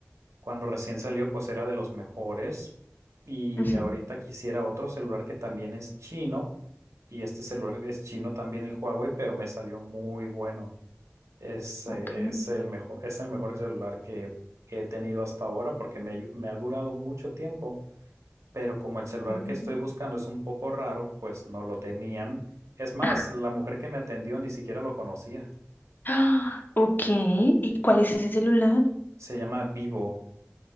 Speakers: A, on the right; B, on the left.
A: Cuando recién salió, pues era de los mejores. Y
B: Ujú.
A: ahorita quisiera otro celular que también es chino. Y este celular es chino también el Huawei, pero me salió muy bueno. Es,
B: ok.
A: eh, es el mejor, es el mejor celular que, que he tenido hasta ahora porque me, ayu- me ha durado mucho tiempo pero como el celular
B: Ujú.
A: que estoy buscando es un poco raro, pues no lo tenían. Es más,
B: <gasps>
A: la mujer que me atendió ni siquiera lo conocía.
B: Ah, ok, ¿y cuál es ese celular?
A: Se llama Vivo,